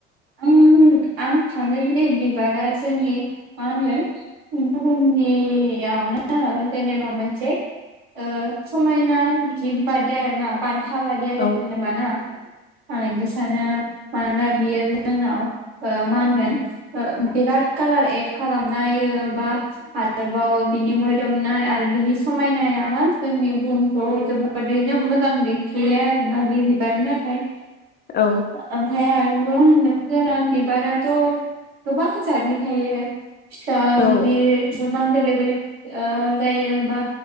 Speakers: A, on the right; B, on the left.
A: आं आं सानो जि बिबारा जोंनि मा होनगोन बुहुमनियावनो जेनेबा मोनसे ओ समायना गिफ्ट बादि आरोना बान था बादि आरो
B: औ
A: जेनबा ना आं इदि सानो मानोना बियो जोंनाव ओ मा होनगोन बिराद कालार एड खालामना होयो बा आरोबाव बिनि मोदोमनाय आरो बिनि समायनाया मा जोंनि बुहुमखौ जोबोरैनो मोजां दिन्थियो आरोना बे बिबारनि थाखाय
B: औ
A: ओमफाय आरो न'आव होन जोंना बिबाराथ गोबां जादनि थायो। फिसा
B: औ
A: गिदिर गोबां बे बेलेक बेलेग ओ जायो बा